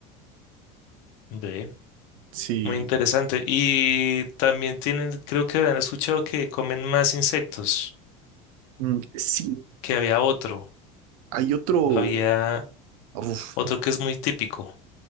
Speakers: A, on the left; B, on the right.
A: ve.
B: Sí,
A: Muy interesante. Y también tienen, creo que han escuchado que comen más insectos,
B: Mm, sí,
A: que había otro,
B: hay otro,
A: había
B: uf,
A: otro que es muy típico.